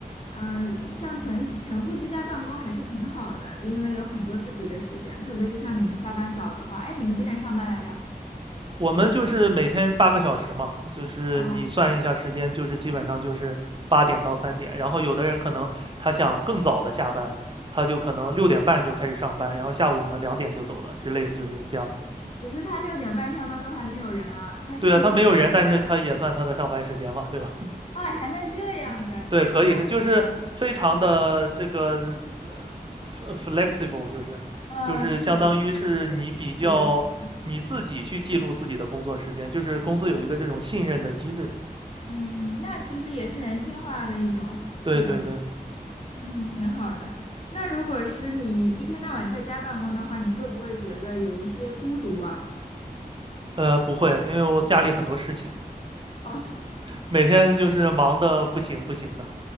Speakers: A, on the left; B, on the right.
A: 呃，像全体全部居家办公还是挺好的，因为有很多自己的时间，特别是像你们下班早的话，哎，你们几点上班来着？
B: 我们就是每天八个小时嘛，就是你算一下时间，
A: 哦，
B: 就是基本上就是八点到三点。然后有的人可能他想更早的下班，他就可能六点半就开始上班，然后下午可能两点就走了之类，就是这样子。
A: 可是他六点半上班都还没有人啊，他是可以自己，
B: 对啊，他没有人，但是他也算他的上班时间嘛，对吧？
A: 哎，还能这样子啊，
B: <laughs>
A: 这也太好了，
B: 对，可以，就是非常的这个呃 f- flexible，就是就是相当于是你比较你自己去记录自己的工作时间，
A: 呃，自由自由的时间，对
B: 就是公司有一个这种信任的机制。
A: 嗯，那其实也是人性化的一种一种。
B: 对对对。
A: 嗯，挺好的。那如果是你一天到晚在家办公的话，你会不会觉得有一些孤独啊？
B: 呃，不会，因为我家里很多事情，
A: 哦
B: 每天就是忙的不行不行的。